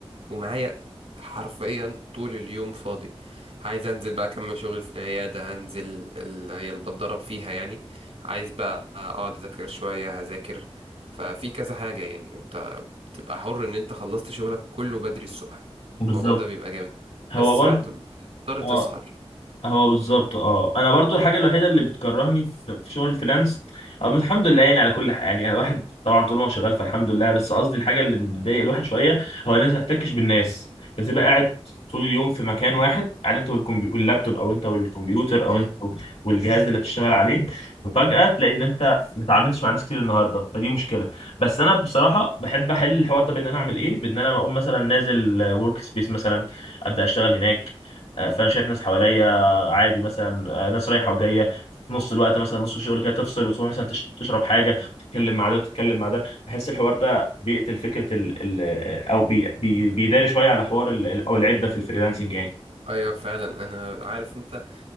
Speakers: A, on the right (about 80°); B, on the left (about 85°).
A: ومعايا حرفيا طول اليوم فاضي عايز انزل بقى اكمل شغل في العياده هنزل اللي هي اللي بتدرب فيها يعني عايز بقى اقعد اذاكر شويه هذاكر ففي كذا حاجه يعني تبقى حر ان انت خلصت شغلك كله بدري الصبح
B: بالظبط
A: الموضوع ده بيبقى جامد
B: هو
A: بس ساعات
B: برضه
A: بتضطر تسهر
B: آه، هو بالظبط اه انا برضو الحاجه الوحيده اللي بتكرهني في في شغل الفريلانس آه، بس الحمد لله يعني على كل حاجه يعني الواحد طبعا طول ما هو شغال فالحمد لله بس قصدي الحاجه اللي بتضايق الواحد شويه هو الناس ما بتحتكش بالناس بتبقى قاعد طول اليوم في مكان واحد قاعد انت والكمبي... واللابتوب او انت والكمبيوتر او
A: امم
B: انت والجهاز اللي بتشتغل عليه وفجاه تلاقي ان انت ما اتعاملتش مع ناس كتير النهارده فدي مشكله بس انا بصراحه بحب احل الحوار ده بان انا اعمل ايه بان انا بقوم مثلا نازل ورك سبيس مثلا ابدا اشتغل هناك آه، فانا شايف ناس حواليا عادي مثلا آه، ناس رايحه وجايه في نص الوقت مثلا نص الشغل كده تفصل وتروح مثلا تش- تشرب حاجه وتتكلم مع ده وتتكلم مع ده بحس الحوار ده بيقتل فكره ال ال آه، او بي بي بيداري شويه على حوار ال- او العده في الفريلانسنج يعني
A: ايوه فعلا انا عارف انت